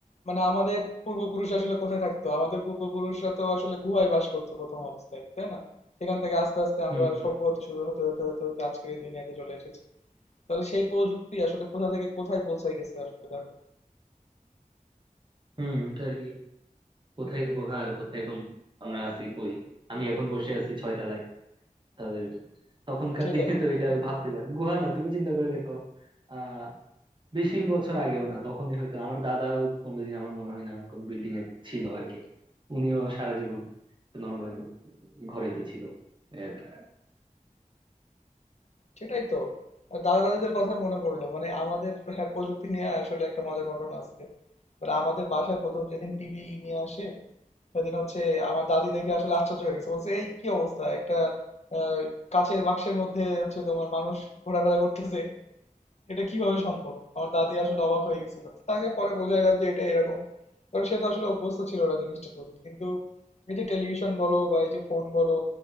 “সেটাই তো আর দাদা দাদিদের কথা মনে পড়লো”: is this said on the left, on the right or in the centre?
Left